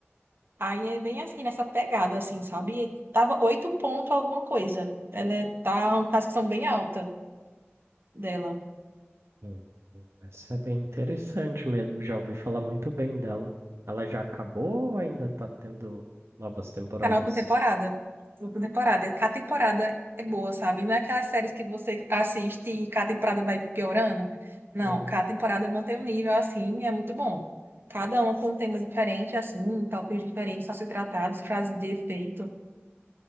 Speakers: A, on the right; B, on the right.
A: Aí é bem assim, nessa pegada, assim, sabe? Tava oito pontos alguma coisa. Ela é, tá uma classificação bem alta dela.
B: Hum, Essa é bem interessante mesmo. Já ouvi falar muito bem dela. Ela já acabou ou ainda tá tendo novas temporadas?
A: Tá na última temporada. Última temporada. E cada temporada é boa, sabe? Não é aquelas séries que você assiste e cada temporada vai piorando. Não,
B: Uhum.
A: cada temporada mantém o nível assim, e é muito bom. Cada uma com um tema diferente, assim, tópicos diferentes a ser tratados, frases de efeito.